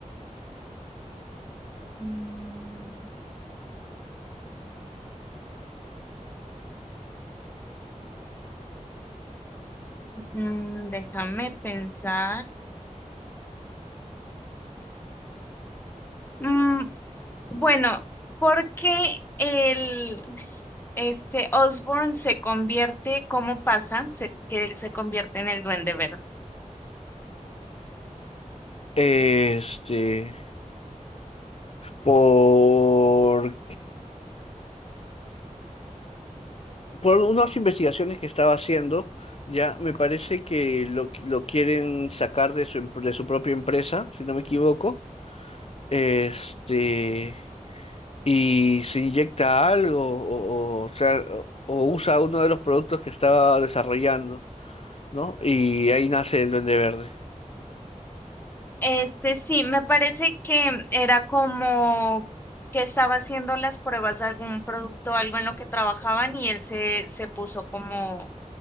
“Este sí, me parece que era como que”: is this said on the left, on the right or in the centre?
Left